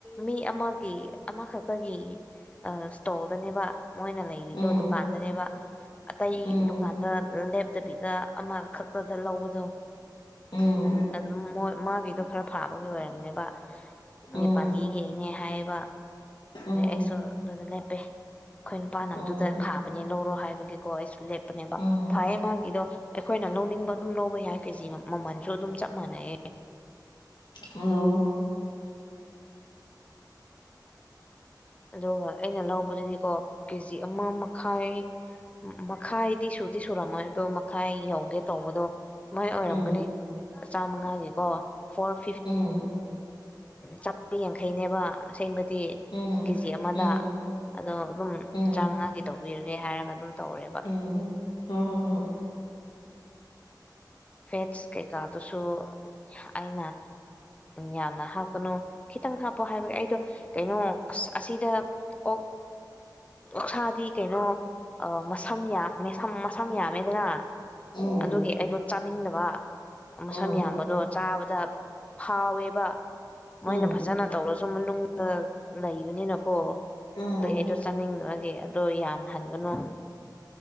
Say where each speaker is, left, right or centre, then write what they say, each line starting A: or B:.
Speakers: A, on the left; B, on the left.
A: ꯃꯤ ꯑꯃ ꯑꯃꯈꯛꯇꯒꯤ ꯏꯁꯇꯣꯜꯗꯅꯦꯕ ꯃꯣꯏꯅ ꯂꯩꯔꯤꯗꯣ
B: ꯎꯝ
A: ꯗꯨꯀꯥꯟꯗꯅꯦꯕ ꯑꯇꯩ
B: ꯎꯝ
A: ꯗꯨꯀꯥꯟꯗ ꯂꯦꯞꯇꯕꯤꯗ ꯑꯃꯈꯛꯇꯗ ꯂꯧꯕꯗꯣ
B: ꯎꯝ
A: ꯑꯗꯨ ꯃꯥꯒꯤꯗꯣ ꯈꯔ ꯐꯥꯕꯒꯤ ꯑꯣꯏꯔꯝꯅꯦꯕ
B: ꯎꯝ
A: ꯅꯦꯄꯥꯂꯤꯈꯩꯅꯦ ꯍꯥꯏ ꯋꯥ
B: ꯎꯝ
A: ꯑꯁꯣ ꯑꯗꯨ ꯂ ꯠꯇꯦ ꯑꯩꯈꯣꯏ ꯅꯨꯄꯥꯅ
B: ꯎꯝ
A: ꯑꯗꯨꯗ ꯐꯥꯕꯅꯦ ꯂꯧꯔꯣ ꯍꯥꯏꯕ ꯀꯣꯣꯏ ꯁꯂꯦꯞ ꯅꯦꯕ
B: ꯎꯝ
A: ꯐꯥꯏ ꯃꯥꯒꯤꯗꯣ ꯑꯩꯈꯣꯏꯅ ꯂꯧꯅꯤꯡꯕ ꯑꯗꯨꯝ ꯂꯧꯕ ꯌꯥꯏ ꯀꯦꯖꯤ ꯃꯃꯜꯁꯨ ꯑꯗꯨꯝ ꯆꯞ ꯃꯥꯟꯅꯩꯑꯦ
B: ꯑꯣ
A: ꯑꯗꯨꯒ ꯑꯩꯅ ꯂꯧꯕꯗꯨꯗꯤꯀꯣ ꯀꯦꯖꯤ ꯑꯃ ꯃꯈꯥꯏ ꯃꯈꯥꯏꯗꯤ ꯁꯨꯗꯤ ꯁꯨꯔꯝꯃꯣꯏ ꯑꯗꯣ ꯃꯈꯥꯏ ꯌꯧꯒꯦ ꯇꯧꯕꯗꯣ ꯃꯣꯏ ꯑꯣꯏꯔꯝꯒꯅꯤ
B: ꯎꯝ
A: ꯆꯥꯃꯉꯥꯒꯤꯀꯣ ꯐꯣꯔ ꯐꯤꯐ
B: ꯎꯝ
A: ꯆꯥꯃ ꯌꯥꯡꯈꯩꯅꯦꯕ ꯑꯁꯦꯡꯕꯗꯤ
B: ꯎꯝ
A: ꯀꯦꯖꯤ ꯑꯃꯗ
B: ꯎꯝ
A: ꯑꯗꯣ ꯑꯗꯨꯝ
B: ꯎꯝ
A: ꯆꯥꯃꯉꯥꯒꯤ ꯇꯧꯕꯤꯔꯒꯦ ꯍꯥꯏꯔꯒ ꯑꯗꯨꯝ ꯇꯧꯔꯦꯕ
B: ꯎꯝ ꯍꯣꯏ ꯍꯣꯏ
A: ꯐꯦꯠꯁ ꯀꯩꯀꯥꯗꯨꯁꯨ ꯑꯩꯅ ꯌꯥꯝꯅ ꯍꯥꯞꯀꯅꯨ ꯈꯤꯇꯪ ꯍꯥꯞꯄꯣ ꯍꯥꯏꯕꯒꯤ ꯑꯩꯗꯣ ꯀꯩꯅꯣ ꯑꯁ ꯑꯁꯤꯗ ꯑꯣ ꯑꯣꯛꯁꯥꯗꯤ ꯀꯩꯅꯣ ꯃꯁꯝ ꯌꯥꯝ ꯃꯁꯝ ꯌꯥꯝꯃꯦꯗꯅ
B: ꯍꯣꯏ ꯎꯝ
A: ꯑꯗꯨꯒꯤ ꯑꯩꯗꯣ ꯆꯥꯅꯤꯡꯗꯕ ꯃꯁꯝ
B: ꯎꯝ
A: ꯌꯥꯝꯕꯗꯣ ꯆꯥꯕꯗ ꯐꯥꯎꯋꯦꯕ ꯃꯣꯏꯅ
B: ꯎꯝ
A: ꯐꯖꯅ ꯇꯧꯔꯁꯨ ꯃꯅꯨꯡꯗ ꯂꯩꯕꯅꯤꯅꯀꯣ
B: ꯎꯝ
A: ꯑꯩ ꯑꯩꯗꯣ ꯆꯥꯅꯤꯡꯗ꯭ꯔꯒꯤ ꯑꯗꯣ ꯌꯥꯝ ꯍꯟꯒꯅꯨ